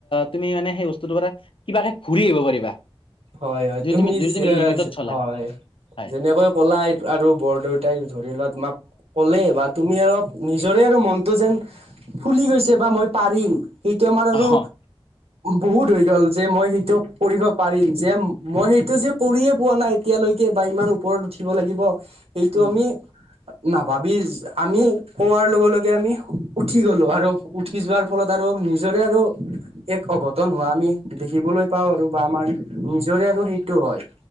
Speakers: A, on the left; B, on the right.
A: তুমি মানে সেই বস্তুৰ পৰা কিবাকে ঘূৰি আহিব পাৰিবা।
B: হয়, হয়
A: যদি
B: তুমি
A: যদি লিমিটত চলা
B: হয়।
A: হয়
B: যেনেকৈ ক'লা আৰু বৰদউতাই ধৰি লোৱা তোমাক ক'লে বা তুমি অলপ নিজৰে আৰু মনটো যেন ফুলি গৈছে বা মই পাৰিম। সেইটো আমাৰ
A: অ
B: আৰু বহুত হৈ গ'ল যে মই সেইটো কৰিব পাৰিম। যে মই সেইটো যে কৰিয়ে পোৱা নাই এতিয়ালৈকে বা ইমান ওপৰত উঠিব লাগিব। এইটো
A: উম
B: আমি নাভাবি আমি কোৱাৰ লগে লগে আমি উঠি গ'লোঁ আৰু উঠি যোৱাৰ ফলত আৰু নিজৰে আৰু এক অঘটন হোৱা আমি দেখিবলৈ পাওঁ আৰু বা আমাৰ নিজৰে আৰু সেইটো হয়।